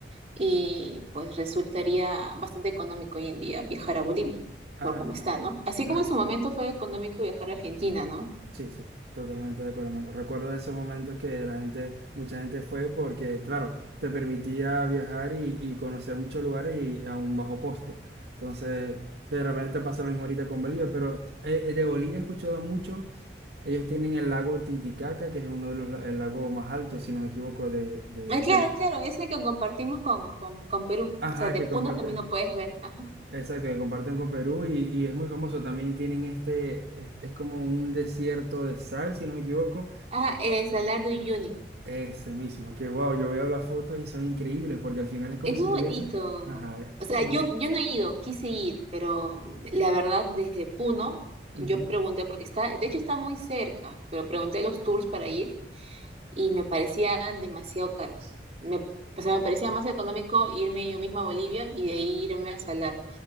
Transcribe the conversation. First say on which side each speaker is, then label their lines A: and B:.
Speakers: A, on the right; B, on the right.
A: y pues resultaría bastante económico hoy en día viajar a Bolivia,
B: Ah,
A: por cómo está, ¿no? Así
B: claro.
A: como en su momento fue económico viajar a Argentina, ¿no?
B: Sí, sí, totalmente de acuerdo. Me acu- Recuerdo esos momentos que la gente, mucha gente fue porque, claro, te permitía viajar y, y conocer muchos lugares y a un bajo costo. Entonces, de repente te pasa lo mismo ahorita con Bolivia, pero eh, eh, de Bolivia he escuchado mucho. Ellos tienen el lago Titicaca, que es uno de los la- el lago más altos, si no me equivoco, de, de-
A: Ah, claro,
B: del...
A: claro, es el que compartimos con, con, con Perú,
B: Ajá,
A: o sea, de
B: que
A: Puno
B: comparte.
A: también lo puedes ver, ajá.
B: Exacto, que comparten con Perú y, y es muy famoso. También tienen este, es es como un desierto de sal, si no me equivoco
A: Ah, el Salar de Uyuni,
B: Ese mismo, que wow, yo veo las fotos y son increíbles porque al final es como
A: Es
B: si
A: muy
B: tuviese.
A: bonito.
B: Ajá.
A: O sea,
B: como
A: yo,
B: si-
A: yo no he ido, quise ir, pero mm, la verdad, desde Puno,
B: Ujú,
A: yo pregunté porque está, de hecho está muy cerca, pero pregunté los tours para ir y me parecían demasiado caros. Me, o sea, me parecía más económico irme yo misma a Bolivia y de ahí irme a Salar.